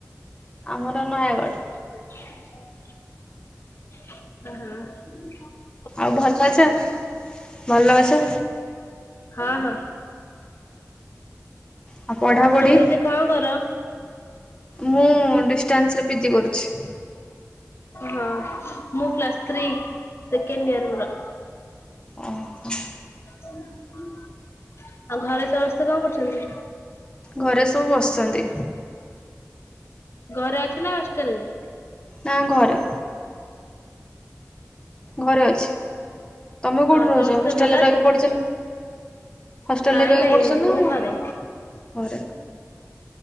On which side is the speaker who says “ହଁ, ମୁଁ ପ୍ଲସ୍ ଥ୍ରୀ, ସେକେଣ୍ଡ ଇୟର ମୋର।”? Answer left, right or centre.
Left